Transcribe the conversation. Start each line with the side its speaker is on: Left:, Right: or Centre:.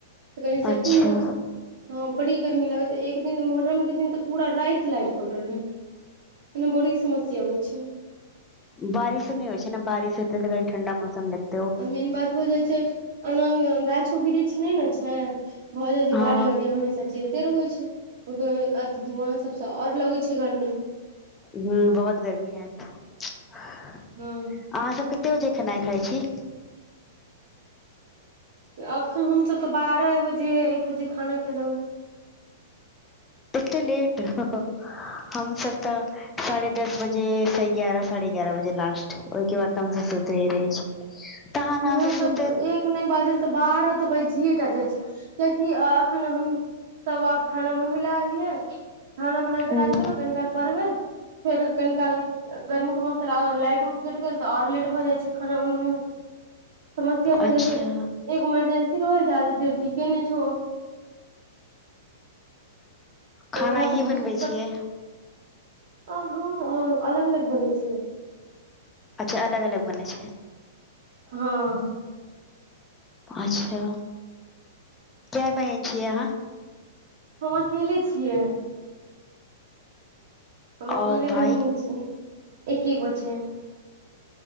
Right: तऽ कनि सेफ्टी
Left: अच्छा
Right: मे रहै छै हँ बड़ी गर्मी लागत एक दिन मुहर्रम के दिन तऽ पूरा राति लैट अटल रहे एने बड़ी समस्या होइ छै,
Left: बारिशो नै होइ छै ने बारिश होतै तऽ क ठंडा मौसम लगतै
Right: आ मेन बात भऽ जाइ छै अना गाछो वृक्ष नै न छै, भऽ जाइ छै
Left: हँ
Right: गाड़ी वाड़ी हमेशा चैलते रहै छै ओ अथ धुआँ सबसँ आओर लगै छै गर्मी
Left: ह बहुत गर्मी हेएत अहाँ
Right: हँ
Left: सबके कते बजे खेनाइ खाइ छी
Right: एखन हमसभ तऽ बारह बजे एक बजे खाना खेलहुँ
Left: एते लेट ह ह हम सब तऽ साढ़े दस बजेसँ एगारह साढ़े एगारह बजे लास्ट ओहिके बाद त हमस सुइती रहै छी, तहन अहाँ
Right: नै
Left: से सुतैत
Right: तऽ एक नै बाजल तऽ बार तऽ बैजियए टा जाइ छै कियाकि एखन हम सब आब खाना बनबे लए एलियै खाना बना
Left: हूँ
Right: के राख देबै कनिकाल परवे फेर कनी काल गर्मीे मौसल लाइट उट कैट गेल तऽ आओर लेट भऽ जाइ छै खाना बनबै मे समस्या हो
Left: अच्छा
Right: जाइ छै एगो इमरजेंसी रह जादा देर ठीके नै छै ओ
Left: खाना
Right: तऽ उएह
Left: अहीं
Right: सबके
Left: बनबै
Right: दिक्कत
Left: छियै
Right: हँ। अलग अलग बनै छियै
Left: अच्छा अलग अलग बने छै।
Right: हँ।
Left: अच्छा, के बहिन छीयै अहाँ
Right: हम अकेले छियै। हम अकेले
Left: और भाय
Right: बहिमे छीयै एके गो छै।